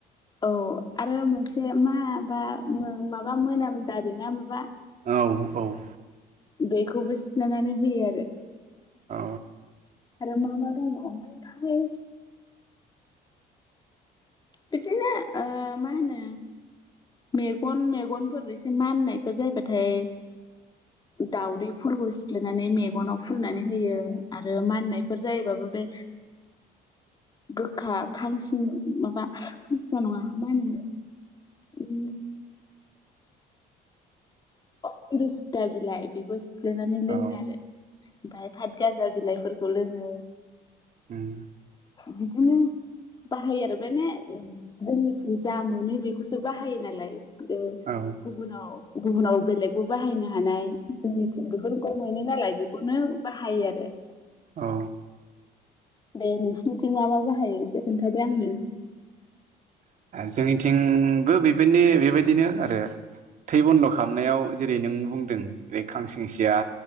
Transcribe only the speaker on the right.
औ औ।
औ।
औ
उम।
औ
औ
जोंनिथिंबो बेबायनो बेबायदिनो आरो। थै बन्द' खालामनायाव जेरै नों बुंदों जै खांसिंसिया